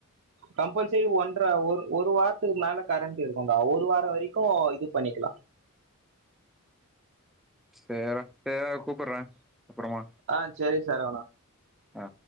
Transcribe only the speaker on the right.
கம்பல்சரி ஒன்ற ஒரு ஒரு வாரத்துக்கு மேல கரண்ட் இருக்குன்டா ஒரு வாரோ வரைக்கு இது பண்ணிக்கிலா
ஆ சரி சரவணா